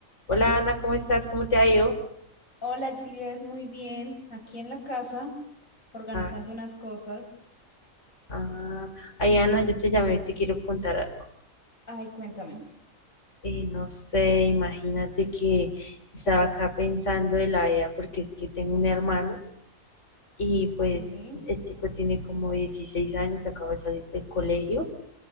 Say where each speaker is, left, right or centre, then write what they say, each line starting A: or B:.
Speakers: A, on the left (about 60°); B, on the left (about 80°).
A: Hola Ana, ¿cómo estás? ¿Cómo te ha ido?
B: Hola Juliet, muy bien. Aquí en la casa, organizando
A: Ah,
B: unas cosas.
A: ah, ay Ana, yo te llamé, te quiero contar algo.
B: Ay, cuéntame.
A: Eh, no sé, imagínate que estaba acá pensando de la vida porque es que tengo un hermano y pues
B: Sí.
A: el chico tiene como 16 años, acaba de salir del colegio